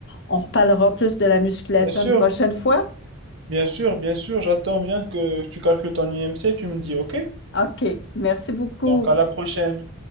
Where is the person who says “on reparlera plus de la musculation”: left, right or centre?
Left